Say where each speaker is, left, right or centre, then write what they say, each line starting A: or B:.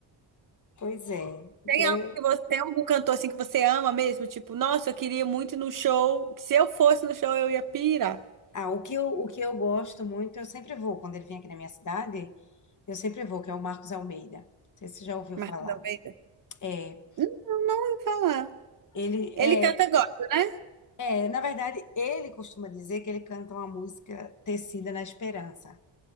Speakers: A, on the left; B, on the right.
A: pois é. Então,
B: Tem algo que você, tem algum cantor assim que você ama mesmo? Tipo, nossa, eu queria muito ir no show. Se eu fosse no show, eu ia pirar.
A: ah, o que eu, o que eu gosto muito, eu sempre vou, quando ele vem aqui na minha cidade, eu sempre vou, que é o Marcos Almeida. Não sei se você já ouviu
B: Marcos
A: falar.
B: Almeida?
A: É,
B: Não vou falar.
A: ele
B: Ele
A: é,
B: canta gospel, né?
A: É, na verdade, ele costuma dizer que ele canta uma música tecida na esperança.